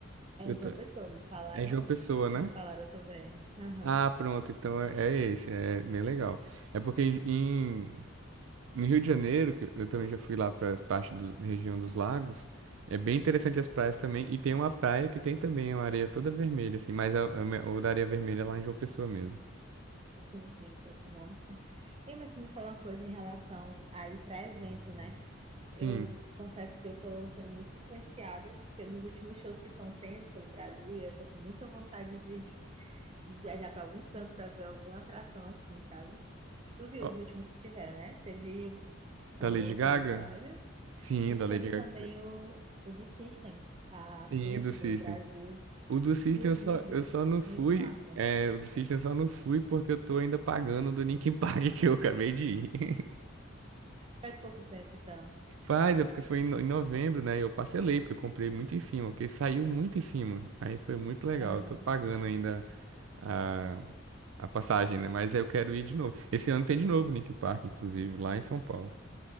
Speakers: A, on the right; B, on the right.
A: É
B: Eu
A: em
B: tô-
A: João Pessoa, me falaram,
B: é João Pessoa, né?
A: me falaram também. Aham,
B: Ah, pronto, então é, é esse, é bem legal. É porque em, em- no Rio de Janeiro, que eu também já fui lá para as partes da região dos lagos, é bem interessante as praias também. E tem uma praia que tem também uma areia toda vermelha, assim, mas a, a, minha- o da Areia Vermelha é lá em João Pessoa mesmo.
A: Sim, sim, com esse nome, sim. e mas tu me falou uma coisa em relação aí para evento, né?
B: Sim.
A: Eu confesso que eu tô sendo muito influenciada pelos últimos shows que estão tendo pelo Brasil, e eu tô com muita vontade de, de viajar para algum canto para ver alguma atração assim, sabe? Tu viu
B: Ó,
A: os últimos que tiveram, né? Teve o famoso
B: da Lady Gaga?
A: da Lady Gaga
B: Sim,
A: e
B: da
A: teve
B: Lady Gaga.
A: também o, o do System, a
B: Sim,
A: tour
B: do
A: aqui
B: System.
A: pelo Brasil
B: O do System
A: que os
B: eu só,
A: vídeos,
B: eu só não fui.
A: muito massa.
B: É, o do System eu só não fui porque eu tô ainda pagando o do Linkin Park <laughs> que eu acabei de ir. <laughs>
A: Faz pouco tempo, então.
B: Faz, é porque foi em no- em novembro, né? E eu parcelei, porque eu comprei muito em cima, porque saiu muito em cima. Aí foi muito legal.
A: Aham.
B: Eu tô pagando ainda a, a passagem, né? Mas aí eu quero ir de novo. Esse ano tem de novo o Linkin Park, inclusive, lá em São Paulo.